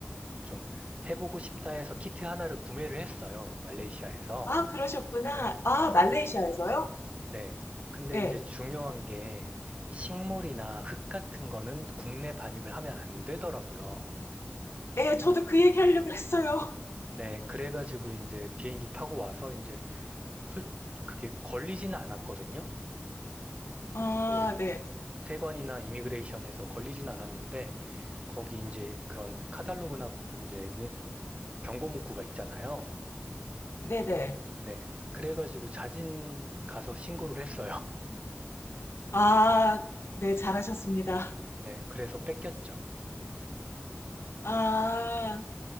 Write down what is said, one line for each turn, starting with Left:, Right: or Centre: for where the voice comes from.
Right: 좀 해보고 싶다 해서 키트 하나를 구매를 했어요. 말레이시아에서.
Left: 아 그러셨구나. 아 말레이시아에서요?
Right: 네. 근데
Left: 예.
Right: 이제 중요한 게 식물이나 흙 같은 거는 국내 반입을 하면 안 되더라고요.
Left: 예, 저도 그 얘기하려고 그랬어요.
Right: 네. 그래가지고 이제 비행기 타고 와서 이제 솔, 그게 걸리지는 않았거든요.
Left: <laughs> 아
Right: 그
Left: 네.
Right: 세관이나 이미그레이션에서 걸리진 않았는데 거기 이제 그런 카탈로그나 이제 문- 경고 문구가 있잖아요.
Left: 네네.
Right: 네. 그래가지고 자진 가서 신고를 했어요. <laughs>
Left: 아 네, 잘하셨습니다.
Right: 네. 그래서 뺏겼죠.
Left: 아.